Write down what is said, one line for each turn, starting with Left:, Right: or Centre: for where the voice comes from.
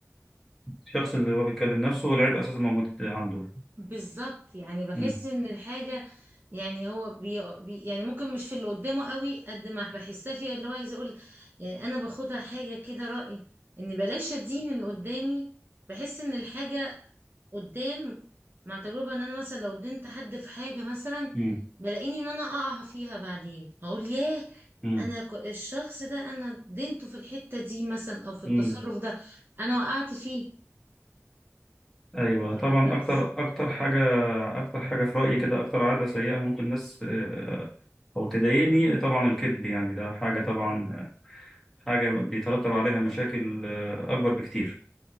Centre: الشخص اللي هو بيتكلم نفسه والعيب أساسا موجود عنده
Right: بالظبط يعني بحس
Centre: م.
Right: ان الحاجة يعني هو بي بي يعني ممكن مش في اللي قدامه قوي قد ما بحسها فيها اللي هو عايز اقول يعني انا باخدها حاجة كده رأي ان بلاش ادين اللي قدامي بحس ان الحاجة قدام مع تجربة ان انا مثلا لو دينت حد في حاجة مثلا
Centre: م.
Right: بلاقيني ان انا اقع فيها بعدين اقول ياه
Centre: م.
Right: انا ك- الشخص ده انا دينته في الحتة دي مثلا او في
Centre: م.
Right: التصرف ده انا وقعت فيه
Centre: ايوه طبعا
Right: فاهمة
Centre: اكتر اكتر حاجه اكتر حاجه في رايي كده اكتر عاده سيئه ممكن الناس آه، او تضايقني طبعا الكذب يعني ده حاجه طبعا حاجه بيترتب عليها مشاكل آه، اكبر بكتير